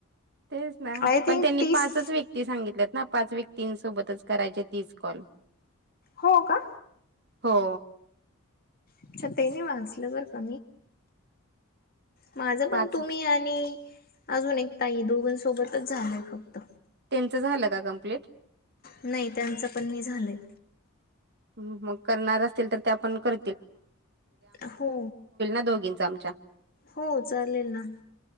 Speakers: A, on the right; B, on the left.
A: तेच ना
B: आय थिंक
A: पण त्यांनी
B: तीस
A: पाच व्यक्ती सांगितल्यात ना पाच व्यक्तींसोबतच करायचे तीस कॉल.
B: हो का.
A: हो.
B: अच्छा ते मी वाचलं बर का? माझं
A: पाच
B: पण तुम्ही आणि अजून एक ताई दोघंसोबतच झालंय फक्त.
A: त्यांचं कम्प्लीट झालं का?
B: नाही जायचं पण नाही झालं.
A: त्या करत असतील तर आमच्या
B: हो
A: दोघींचं पण होईल ना.
B: हो चालेल ना.